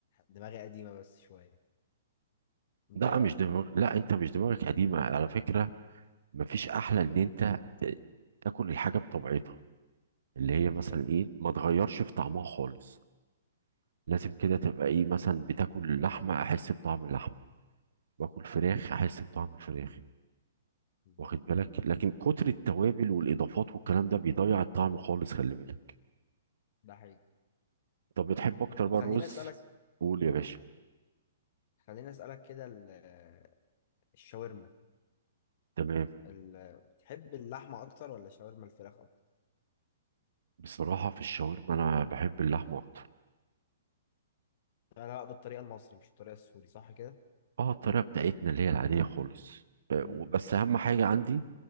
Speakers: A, on the left; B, on the right.
A: دماغي قديمه بس شويه انت
B: لا
A: ايه رايك
B: مش دماغ لا أنت مش دماغك قديمة على فكرة مفيش أحلى إن أنت ت- تاكل الحاجة بطبيعتها اللي هي
A: بالظبط
B: مثلا إيه ما تغيرش في طعمها خالص لازم كده تبقى إيه مثلا بتاكل اللحمة أحس بطعم اللحمة باكل فراخ احس بطعم الفراخ
A: بالظبط
B: واخد بالك لكن كتر التوابل والاضافات والكلام ده بيضيع الطعم خالص خلي بالك
A: ده حقيقي
B: طب بتحب اكتر
A: طب
B: بقى
A: خليني
B: الرز
A: اسالك
B: قول
A: قول
B: يا باشا
A: خليني اسالك كده ال- آه، الشاورما
B: تمام
A: ال- بتحب اللحمه اكتر ولا شاورما الفراخ اكتر
B: بصراحه في الشاورما انا بحب اللحمه اكتر
A: انا بقى بالطريقه المصري مش الطريقه السوري صح كده
B: اه الطريقه بتاعتنا اللي هي العاديه خالص آه،
A: امم
B: وبس اهم حاجه عندي